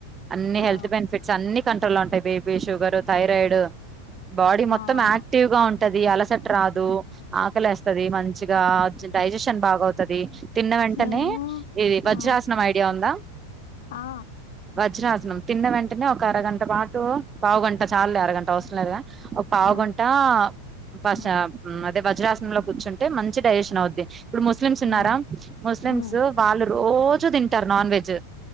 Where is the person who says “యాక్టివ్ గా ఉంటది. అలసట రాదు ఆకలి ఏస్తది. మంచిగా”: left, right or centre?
Right